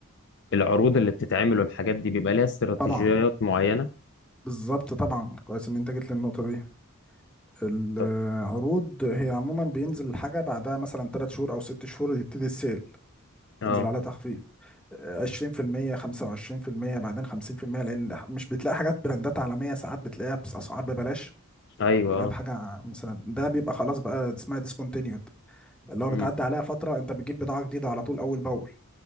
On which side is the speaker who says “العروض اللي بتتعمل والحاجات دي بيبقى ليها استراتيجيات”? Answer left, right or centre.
Left